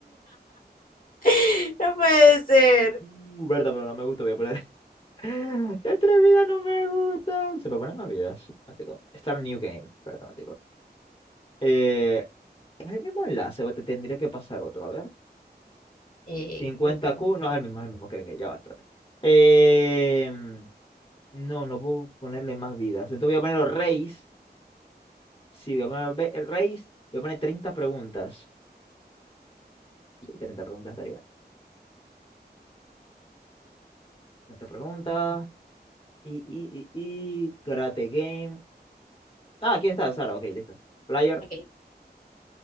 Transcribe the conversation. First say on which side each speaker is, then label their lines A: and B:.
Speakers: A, on the left; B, on the left.
A: ser! <laughs> ¡No puede ser!
B: Uh, Berta, pero no me gusta. Voy a poner. <laughs> La atrevida no me gusta. Se me ponen más vidas. Matico. Start New Game. Perdón, Eh, ¿es el mismo enlace o te tendría que pasar otro? A ver.
A: Eh,
B: cincuenta
A: creo que...
B: q no es el mismo, es el mismo. Ok, ok, ya va, espérate. Em, no, no puedo ponerle más vidas. Entonces voy a ponerlo Reis. Sí, voy a poner ve- Reis. Voy a poner treinta preguntas. Sí, 30 preguntas estaría bien. 30 preguntas. Y, y, y, y, Karate Game. Ah, aquí está, Sara. Ok, listo. Player.
A: Ok, ok,